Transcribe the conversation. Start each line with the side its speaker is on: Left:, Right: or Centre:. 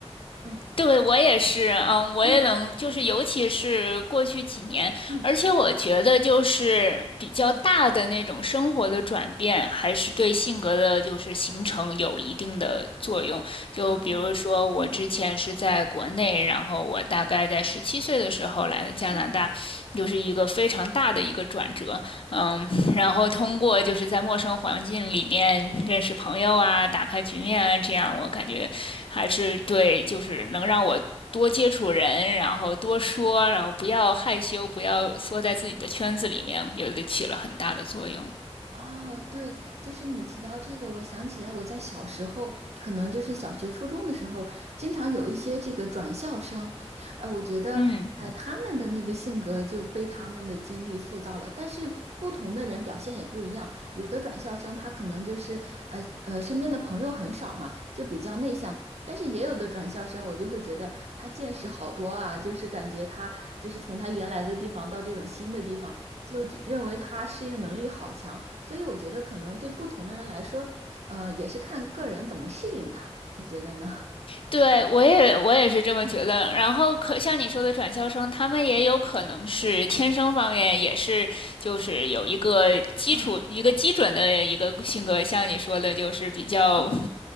Right: 嗯
Left: 对，我也是，嗯，我也能，
Right: 嗯
Left: 就是尤其是过去几年，
Right: 嗯
Left: 而且我觉得就是比较大的那种生活的转变，
Right: 嗯，
Left: 还是对性格的就是形成有一定的作用。就比如说我之前是在国内，
Right: 哦，嗯
Left: 然后我大概在十七岁的时候来的加拿大，
Right: 嗯
Left: 就是一个非常大的一个转折，嗯，然后通过就是在陌生环境里面认识朋友啊，
Right: 嗯。
Left: 打开局面啊，这样我感觉。还是对，就是能让我多接触人，然后多说，然后不要害羞，不要缩在自己的圈子里面，我觉得起了很大的作用。
Right: 哦，对，就是你提到这个，我想起来我在小时候，可能就是小学、初中的时候，经常有一些这个转校生，呃，我觉得，
Left: 嗯，
Right: 呃，他们的那个性格就被他们的经历塑造了，但是不同的人表现也不一样，有的转校生他可能就是，呃呃，身边的朋友很少嘛，就比较内向，但是也有的转校生，我就会觉得他见识好多啊，就是感觉他就是从他原来的地方到这种新的地方。就就认为他适应能力好强，所以我觉得可能对不同的人来说，呃，也是看个人怎么适应他。你觉得呢？
Left: 对，我也我也是这么觉得。
Right: <laughs>
Left: 然后可像你说的转校生，他们也有可能是天生方面也是就是有一个基础一个基准的一个性格，
Right: 嗯
Left: 像你说的，就是比较
Right: 嗯